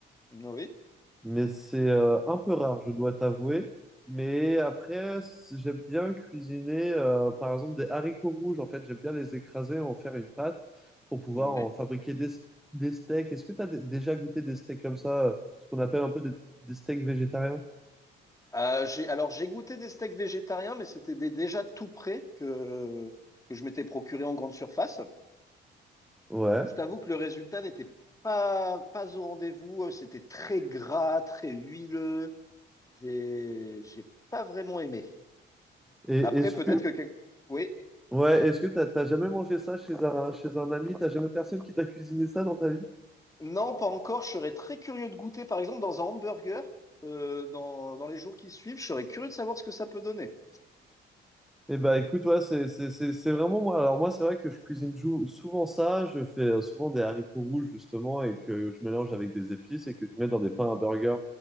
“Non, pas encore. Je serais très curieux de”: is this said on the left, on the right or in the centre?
Left